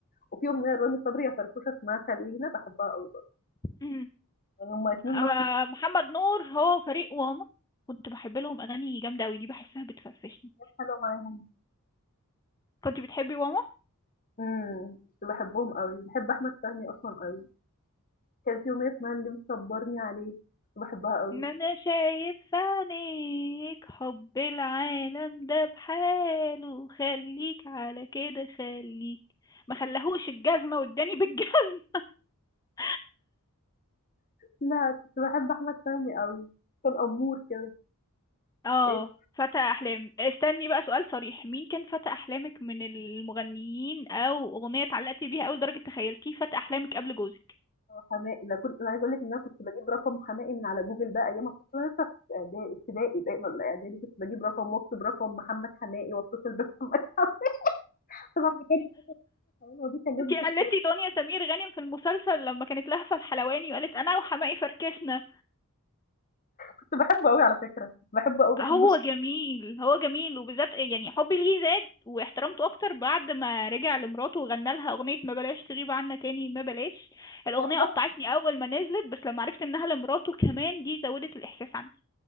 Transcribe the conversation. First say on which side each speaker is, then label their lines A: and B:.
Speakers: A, on the left; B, on the left.
A: وفي أغنية لرامي صبري يا فرفوشة اسمها خلينا باحبها أوي برضه،
B: أمم.
A: يعني هُم الاتنين
B: آه،
A: ماشيين
B: محمد نور هو فريق واما كنت بحب لهم اغاني جامدة اوي دي بحسها بتفرفشني
A: حلو معاهم.
B: كنت بتحبي واما
A: إمم، كنت باحبهم أوي، باحب أحمد فهمي أصلًا أوي، كان في أغنية اسمها اللي مصبرني عليك، كنت باحبها أوي.
B: ان انا شايف في عينيك حب العالم ده بحاله خليك على كده خليك ما خلاهوش الجزمة واداني بالجزمة <laughs>
A: لأ، كنت باحب أحمد فهمي أوي، كان أمور كده،
B: اه
A: إيه
B: فتى احلام استني بقى سؤال صريح مين كان فتى احلامك من المغنيين او اغنيه اتعلقتي بيها قوي لدرجه تخيلتيه فتى احلامك قبل جوزك
A: حماقي، ده كنت أنا عايزة أقول لِك إن أنا كنت باجيب رقم حماقي من على جوجل بقى أيامها كنت أنا لسه في إعدا ابتدائي باين والّا إعدادي، كنت باجيب رقم وأكتب رقم محمد حماقي وأتصل بمحمد <laughs> حماقي طبعًا ما كانش الحلاوة دي كان لازم
B: انتي قلتي
A: تشترك،
B: دنيا سمير غانم في المسلسل لما كانت لهفة الحلواني وقالت انا وحماقي فركشنا
A: كنت باحبه أوي على فكرة، كنت باحبه أوي، باحب
B: هو
A: الصوت
B: جميل هو جميل وبالذات يعني حبي ليه زاد واحترامته اكتر بعد ما رجع لمراته وغنى لها اغنية ما بلاش تغيب عنا تاني ما بلاش الاغنية
A: أنا سمعت
B: قطعتني اول ما نزلت بس لما عرفت انها لمراته كمان دي زودت الاحساس عندي